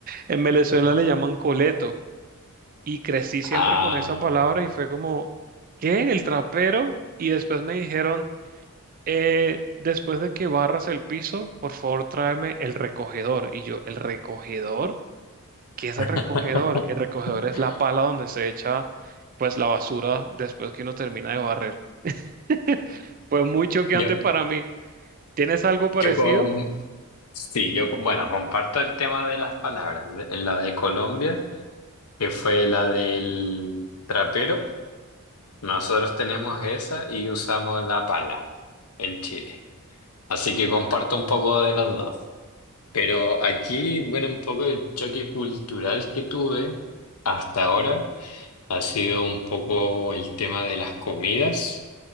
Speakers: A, on the right; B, on the left.
A: en Venezuela
B: <laughs>
A: le llaman coleto. Y crecí siempre
B: Ah.
A: con esa palabra y fue como, ¿qué? ¿El trapero? Y después me dijeron, eh, después de que barras el piso, por favor tráeme el recogedor. Y yo, ¿el recogedor? ¿Qué es el
B: <laughs>
A: recogedor? El recogedor es la pala donde se echa pues la basura después que uno termina de barrer. <laughs> Fue muy choqueante
B: Yo,
A: para mí. ¿Tienes algo parecido?
B: Yo con, sí, yo con- bueno, comparto el tema de las palabras. La de Colombia, que fue la del trapero, nosotros tenemos esa y usamos la pala en Chile. Así que comparto un poco de los dos. Pero aquí, bueno, un poco el choque cultural que tuve hasta ahora ha sido un poco el tema de las comidas,